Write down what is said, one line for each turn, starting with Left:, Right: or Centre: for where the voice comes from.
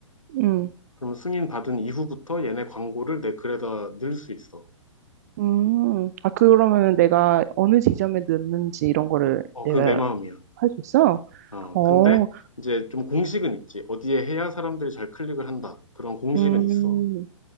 Right: 음,
Left: 그러면 승인 받은 이후부터 얘네 광고를 내 글에다 넣을 수 있어.
Right: 음. 아, 그러면은 내가 어느 지점에
Left: 음.
Right: 넣는지 이런 거를
Left: 어,
Right: 내가
Left: 그건 내 마음이야.
Right: 할 수 있어?
Left: 어,
Right: 어,
Left: 근데 이제 좀 공식은 있지. 어디에 해야 사람들이 잘 클릭을 한다. 그런 공식은
Right: 음,
Left: 있어.